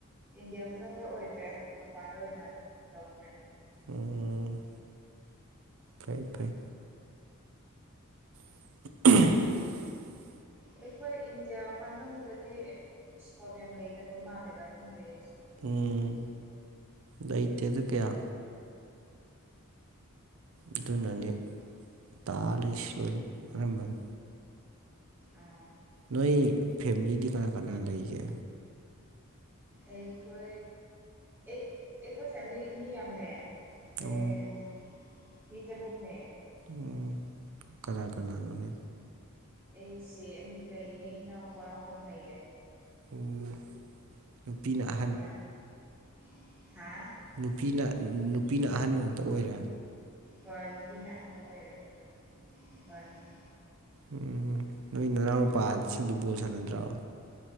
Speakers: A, in the centre; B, on the right (about 70°).
A: ꯏꯟꯗꯤꯌꯥ ꯃꯅꯨꯡꯗ ꯑꯣꯏꯗ꯭ꯔꯦ ꯃꯄꯥꯟꯗ ꯑꯣꯏꯅ ꯇꯧꯈ꯭ꯔꯦ꯫
B: ꯎꯝ꯫ ꯐꯩ ꯐꯩ꯫ <unintelligible>
A: ꯑꯩꯈꯣꯏ ꯏꯟꯗꯤꯌꯥ ꯃꯅꯨꯡꯗꯗꯤ ꯏꯁꯀꯣꯄ ꯌꯥꯝ ꯂꯩꯇꯕ ꯃꯥꯜꯂꯦꯗ ꯈꯪꯗꯦ ꯑꯩꯁꯨ꯫
B: ꯎꯝ ꯂꯩꯇꯦꯗ ꯀꯌꯥ꯫ ꯑꯗꯨꯅꯅꯦ ꯇꯥ ꯂꯩꯁꯤ ꯂꯣꯏꯅ ꯑꯅꯥꯝꯕꯅ꯫
A: ꯑꯥ
B: ꯅꯣꯏ ꯐꯦꯃꯤꯂꯤꯗꯤ ꯀꯅꯥ-ꯀꯅꯥ ꯂꯩꯒꯦ꯫
A: ꯑꯩꯈꯣꯏ ꯑꯩ ꯑꯩꯈꯣꯏ ꯐꯦꯃꯤꯂꯤ ꯃꯤ ꯌꯥꯝꯃꯦ꯫
B: ꯑꯣ
A: ꯑꯦ ꯃꯤ ꯇꯔꯨꯛꯅꯦ꯫
B: ꯎꯝ ꯀꯅꯥ ꯀꯅꯥꯅꯣꯅꯦ꯫
A: ꯑꯩ ꯆꯦ ꯑꯅꯤ ꯂꯩꯌꯦ ꯏꯅꯥꯎꯄꯥ ꯑꯍꯨꯝ ꯂꯩꯌꯦ꯫
B: <unintelligible> ꯅꯨꯄꯤꯅ ꯑ
A: <unintelligible>
B: ꯅꯨꯄꯤꯅ ꯅꯨꯄꯤꯅ ꯑꯍꯟ ꯉꯛꯇ ꯑꯣꯏꯔꯦ꯫
A: ꯍꯣꯏ ꯅꯨꯄꯤꯅ ꯑꯍꯟ ꯑꯣꯏꯔꯦ ꯑꯗꯨꯒ ꯅꯨꯄꯥꯅꯪ
B: ꯎꯝ ꯅꯣꯏ ꯅꯅꯥꯎ ꯅꯨꯄꯥꯁꯤꯡꯗꯤ ꯕꯣꯜ ꯁꯥꯟꯅꯗ꯭ꯔꯣ꯫